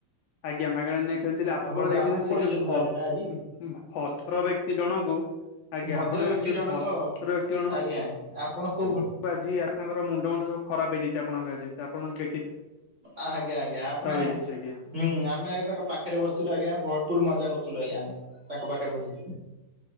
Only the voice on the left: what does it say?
ଆଜ୍ଞା ମାଗଣା ନେ ଖେଳିଥିଲେ ଆପଣ
ଦେଖିଛନ୍ତି ନା ସେ
ଯୋଉ
ଭ-ଭଦ୍ର ବ୍ୟକ୍ତି ଜଣଙ୍କୁ ଆଜ୍ଞା
ଆପଣ
ଯଦି ସେ
ଭଦ୍ର ବ୍ୟକ୍ତି ଜଣ
କ
ଆଜି ଆସାଙ୍କର ମୁଣ୍ଡ ଫୁଣ୍ଡ ସବୁ ଖରାପ ହେଇଯାଇଛି ଆପଣଙ୍କ ଆଜି। ତ ଆପଣ ମାନେ
ହେଇଯାଇଛି ଆଜ୍ଞା